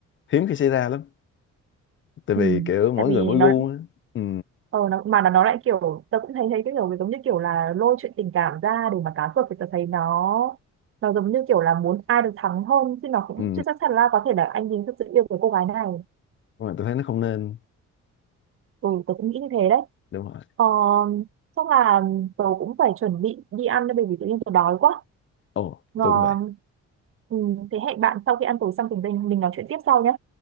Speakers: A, on the left; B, on the right.
A: hiếm khi xảy ra lắm tại
B: ừ.
A: vì kiểu mỗi
B: tại vì
A: người mỗi
B: nó
A: gu á. ừ
B: ờ nó, mà nó nó lại kiểu tớ cũng thấy thấy cái kiểu giống như kiểu là lôi chuyện tình cảm ra để mà cá cược thì tớ thấy nó nó giống như kiểu là muốn ai được thắng hơn chứ nó cũng
A: ừ
B: chưa chắc chắn là có thể là anh Bình thực sự yêu cái cô gái này
A: Nhưng mà tôi thấy nó không nên
B: ừ tớ cũng nghĩ như thế đấy
A: đúng rồi
B: ờ, chắc là tớ cũng phải chuẩn bị đi ăn đây bởi vì tự nhiên tớ đói quá
A: ồ
B: ngon
A: tôi cũng vậy
B: ừ, thế hẹn bạn sau khi ăn tối xong thì mình mình nói chuyện tiếp sau nhé